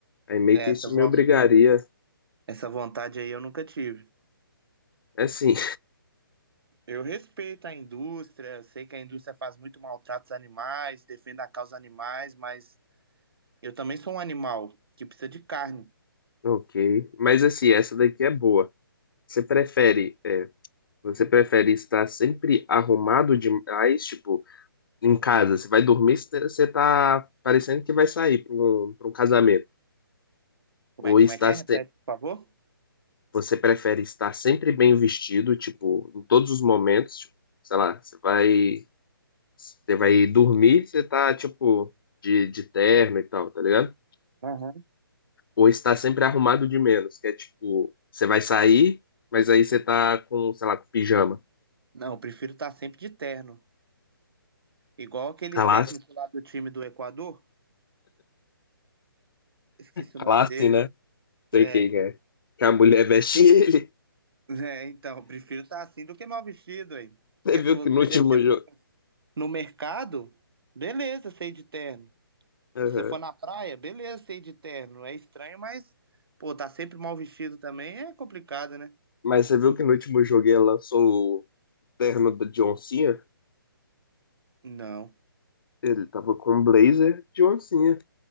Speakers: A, on the left; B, on the right.
A: Aí meio
B: É,
A: que
B: essa,
A: isso
B: von-
A: me obrigaria.
B: essa vontade aí eu nunca tive.
A: é Assim.
B: Eu respeito a indústria, eu sei que a indústria faz muito maltrato aos animais, defende a causa animais, mas eu também sou um animal que precisa de carne.
A: Ok, mas assim, essa daqui é boa. Você prefere, é, você prefere estar sempre arrumado demais, tipo, em casa? Você vai dormir, você você tá parecendo que vai sair para um, pra um casamento.
B: Como
A: Ou
B: é, como
A: está
B: é que é?
A: se-
B: Repete, por favor.
A: você prefere estar sempre bem vestido, tipo, em todos os momentos, tipo, sei lá, você vai, você vai dormir, você tá, tipo, de, de terno e tal, tá ligado?
B: Aham.
A: Ou estar sempre arrumado de menos, que é tipo, você vai sair, mas aí você tá com, sei lá, com pijama.
B: Não, eu prefiro estar sempre de terno. Igual aquele
A: Classe,
B: técnico lá do time do Equador. Esqueci
A: classe,
B: o nome dele.
A: né? Sei
B: É,
A: quem que é. Que a mulher veste <laughs> ele.
B: é, então, eu prefiro estar assim do que mal vestido, hein?
A: Você
B: Porque,
A: viu
B: se você-
A: que no
B: por
A: último
B: exemplo, se você
A: jogo.
B: for no mercado, beleza, sei de terno.
A: Aham.
B: Se você for na praia, beleza, sei de terno. É estranho, mas, pô, tá sempre mal vestido também é complicado, né?
A: Mas você viu que no último jogo ela lançou o terno da John Cena?
B: Não,
A: Ele tava com um blazer de oncinha.